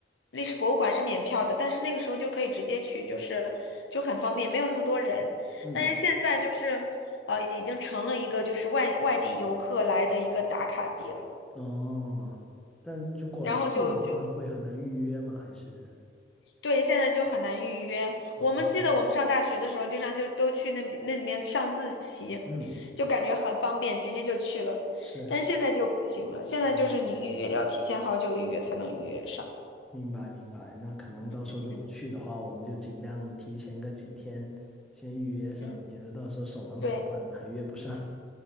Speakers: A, on the left; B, in the centre.
A: 历史博物馆是免票的，但是那个时候就可以直接去，就是就很方便，没有那么多人。
B: 嗯。
A: 但是现在就是，呃，已经成了一个就是外外地游客来的一个打卡地了。
B: 哦，但如果去的话，
A: 然后就就
B: 会很难预约吗？还是？
A: 对，现在就很难预约。
B: 哦，
A: 我们记得我们上大学的时候，经常就都去那边那里面上自习，
B: 嗯，
A: 就感觉很方便，直接就去了。
B: 是，
A: 但是现在就不行了，现在就是你预约要提前好久预约才能预约上。
B: 哦，明白明白。那可能到时候如果去的话，
A: 嗯
B: 我们就尽量提前个几天先预约上，
A: 嗯，
B: 免得到时候手忙脚乱的还约不上。
A: 对